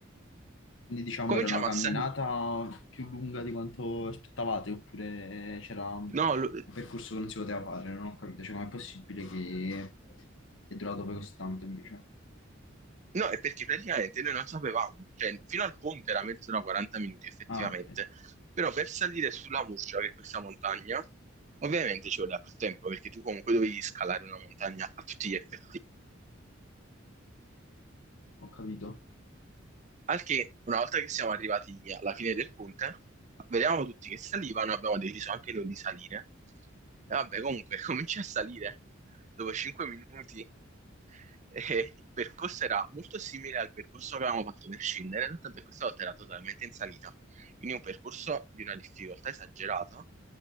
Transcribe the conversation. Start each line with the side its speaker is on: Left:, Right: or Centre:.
Left: Quindi diciamo
Right: Cominciamo
Left: era una camminata
Right: a salire.
Left: più lunga di quanto aspettavate, oppure c'era un
Right: No, lo-
Left: percorso che non si poteva fare, non ho capito, cioè com'è possibile che è durato poi così tanto invece?
Right: No, è perché praticamente noi non sapevamo, cioè fino al ponte era mezz'ora 40 minuti effettivamente,
Left: Ah, ok,
Right: però per salire sulla Murgia, che è questa montagna, ovviamente ci voleva più tempo perché tu comunque dovevi scalare una montagna a tutti gli effetti.
Left: ho capito.
Right: Al che una volta che siamo arrivati alla fine del ponte, vedevamo tutti che salivano, abbiamo deciso anche noi di salire. E vabbè, comunque <laughs> cominci a salire dopo 5 minuti E il percorso era molto simile al percorso che avevamo fatto per scendere, soltanto che questa volta era totalmente in salita. Quindi un percorso di una difficoltà esagerata,